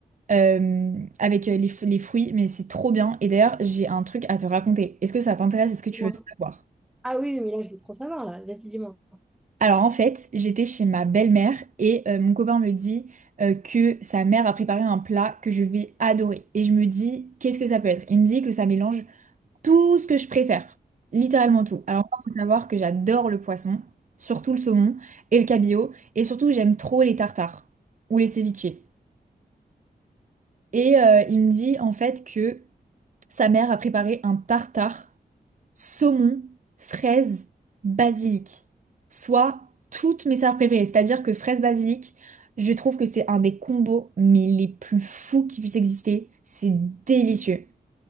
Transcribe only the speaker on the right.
euh, avec euh, les, f- les fruits, mais c'est trop bien. Et d'ailleurs, j'ai un truc à te raconter. Est-ce que ça t'intéresse? Est-ce que tu
veux savoir?
Alors en fait, j'étais chez ma belle-mère et euh, mon copain me dit euh, que sa mère a préparé un plat que je vais adorer. Et je me dis, qu'est-ce que ça peut être? Il me dit que ça mélange tout ce que je préfère, littéralement tout. Alors moi, faut savoir que j'adore le poisson, surtout le saumon et le cabillaud, et surtout j'aime trop les tartares ou les ceviches. Et euh, il me dit en fait que Sa mère a préparé un tartare saumon, fraise, basilic. Soit toutes mes saveurs préférées. C'est-à-dire que fraise, basilic, je trouve que c'est un des combos mais les plus fous qui puissent exister. C'est délicieux.